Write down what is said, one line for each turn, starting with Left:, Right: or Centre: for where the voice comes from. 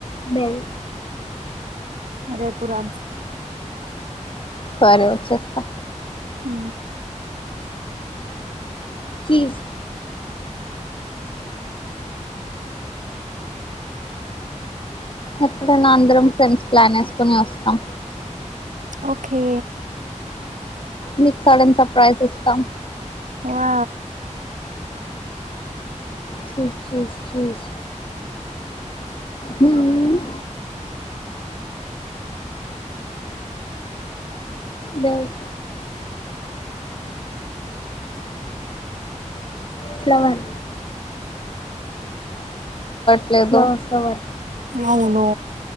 Left: బెల్
Right: రేపు రామ్
Left: సరే వచ్చేస్తా.
Right: ఆ
Left: చీజ్ ఎప్పుడైన అందరం ఫ్రెండ్స్ ప్లాన్ ఏస్కొని వస్తాం.
Right: ఓకే.
Left: నీక్ సడన్ సప్రైజ్ ఇస్తాం.
Right: వా
Left: చూస్ చూస్ చూస్ మ్ దేవ్ ఫ్లవర్ ప్లవర్
Right: అవును